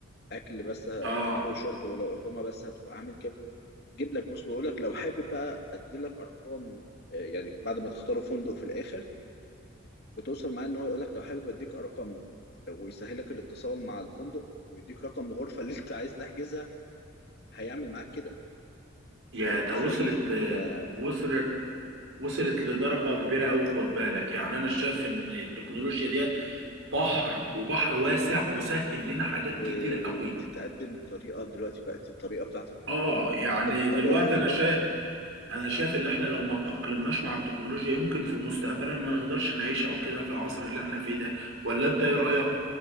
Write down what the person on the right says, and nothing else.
اه
يا ده وصلت آه،
وصلت وصلت لدرجة كبيرة أوي خد بالك يعني أنا شايف إن التكنولوجيا ديت بحر وبحر واسع وسهل لنا حاجات
كتير أوي
اه
يعني
دلوقتي
أنا شايف أنا شايف إن إحنا لو ما تأقلمناش مع التكنولوجيا يمكن في مستقبلا ما نقدرش نعيش أو كده في العصر اللي إحنا فيه ده ولا أنت إيه رأيك؟